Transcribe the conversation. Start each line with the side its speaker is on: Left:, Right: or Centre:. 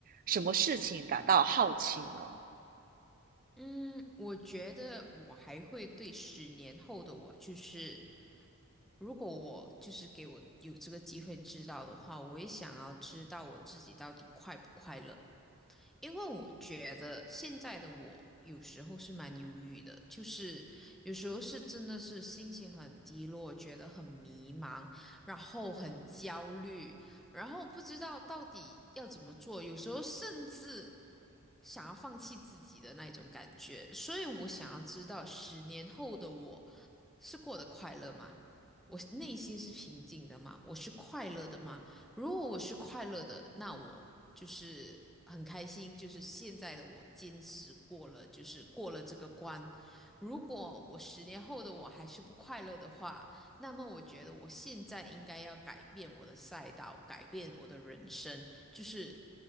Right: 什么事情感到好奇呢？
Centre: 嗯，我觉得我还会对十年后的我，就是如果我就是给我有这个机会知道的话，我也想要知道我自己到底快不快乐。因为我觉得现在的我有时候是蛮忧郁的，就是有时候是真的是心情很低落，觉得很迷茫，然后很焦虑，然后不知道到底要怎么做，有时候甚至想要放弃自己的那一种感觉。所以我想要知道，十年后的我是过得快乐吗？我内心是平静的吗？我是快乐的吗？如果我是快乐的，那我就是很开心，就是现在的我坚持过了，就是过了这个关。如果我十年后的我还是不快乐的话，那么我觉得我现在应该要改变我的赛道，改变我的人生，就是